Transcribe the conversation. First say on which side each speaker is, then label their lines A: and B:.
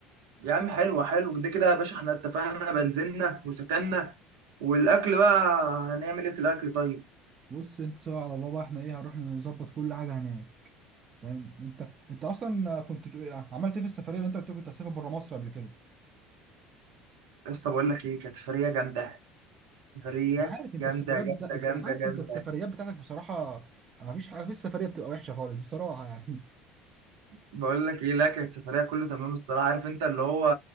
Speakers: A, on the right; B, on the right.
A: يا عم حلو حلو كده كده يا باشا احنا اتفقنا بنزلنا وسكننا والاكل بقى هنعمل ايه في الاكل طيب
B: بص انت سوا على الله بقى احنا ايه هنروح نظبط كل حاجه هناك فاهم انت انت اصلا كنت بتقول- عملت ايه في السفريه اللي انت قلت كنت هتسافر بره مصر قبل كده
A: لسه بقول لك ايه كانت سفريه جامده سفريه
B: انا عارف انت
A: جامده
B: السفريات
A: جامده
B: بتاع
A: جامده
B: انا عارف
A: جامده
B: انت السفريات بتاعتك بصراحه ما فيش حاجه في السفريه بتبقى وحشه خالص بصراحه يعني
A: بقول لك ايه لا كانت سفريه كله تمام الصراحه عارف انت اللي هو